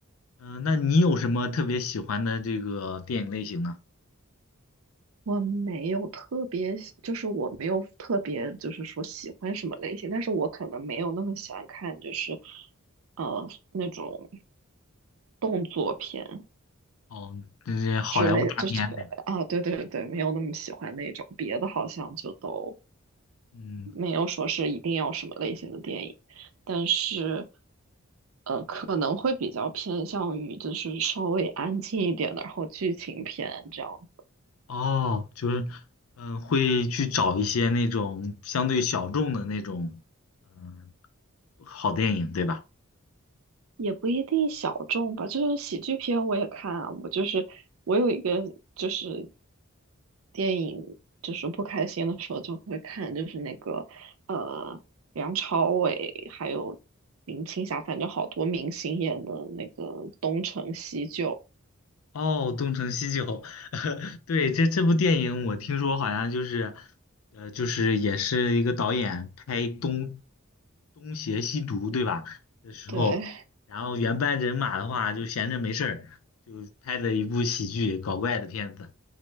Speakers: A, on the left; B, on the right.
A: 嗯，那你有什么特别喜欢的这个电影类型呢？
B: 我没有特别喜就是我没有特别，就是说喜欢什么类型，但是我可能没有那么喜欢看，就是呃那种动作片
A: 哦，这些好莱坞大片对吧？
B: 之类，就是啊，对对对，没有那么喜欢那种，别的好像就都
A: 嗯，
B: 没有说是一定要什么类型的电影，但是呃可能会比较偏向于就是稍微安静一点的，然后剧情片这样。
A: 哦，就是，嗯，会去找一些那种相对小众的那种，嗯，好电影对吧？
B: 也不一定小众吧，就是喜剧片我也看啊。我就是我有一个就是电影，就是不开心的时候就会看，就是那个呃梁朝伟还有林青霞，反正好多明星演的那个《东成西就》。
A: 哦，《东成西就》<laughs> 对，这这部电影我听说好像就是，呃，就是也是一个导演拍东东邪西毒，对吧？的时候，
B: 对，
A: 然后原班人马的话就闲着没事儿，就拍的一部喜剧搞怪的片子，